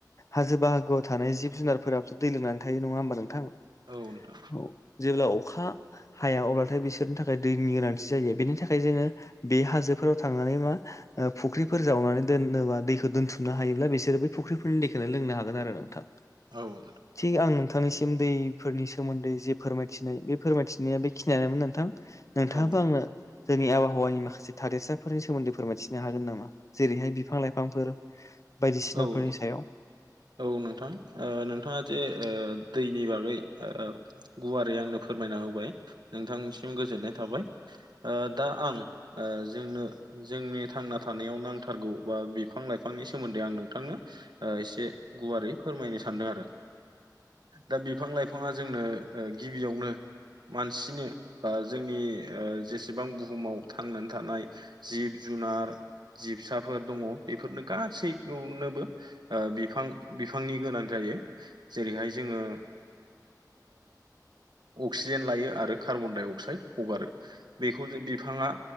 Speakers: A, on the left (about 45°); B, on the right (about 85°).
A: हाजो बाहागोआव थानाय जिब जुनारफोराबोथ' दै लोंनानै थायो नङा होमबा नोंथां
B: औ नोंथां
A: औ जेब्ला अखा हाया अब्लाथाय बिसोरनि थाखाय दैनि गोनांथि जायो बेनि थाखाय जोङो बे हाजोफोराव थांनानै मा फुख्रिफोर जावनानै दोनोबा दैखौ दोनथुमनो हायोब्ला बिसोरो बै फुख्रि दैखौनो लोंनो हागोन आरो नोंथां
B: औ
A: थिग आं नोंथांनिसिम दैफोरनि सोमोन्दै जे फोरमायथिनाय बे फोरमायथिनाया बेखिनियानोमोन नोंथां नोंथाङाबो
B: औ नोंथां
A: आंनो जोंनि आबहावानि माखासे थादेरसाफोरनि सोमोन्दै फोरमायथिनो हागोन नामा जेरैहाय बिफां लाइफांफोर बायदिसिनाफोरनि
B: औ
A: सायाव
B: औ नोंथां नोंथाङा जे दैनि बागै गुवारै आंनो फोरमायना होबाय नोंथांनिसिम गोजोननाय थाबाय दा आं ओ जोंनो जोंनि थांना थानायाव नांथारगौ बा बिफां लाइफांनि सोमोन्दै आं नोंथांनो एसे गुवारै फोरमायनो सानदों आरो दा बिफां लाइफाङा जोंनो गिबियावनो मानसिनो बा जोंनि जेसेबां बुहुमाव थांनानै थानाय जिब जुनार जिबसाफोर दङ बेफोरनो गासैखौनोबो बिफां बिफांनि गोनां जायो जेरैहाय जोङो अक्सिजेन लायो आरो कार्बन डाइ अक्साइड हगारो बेखौ जे बिफाङा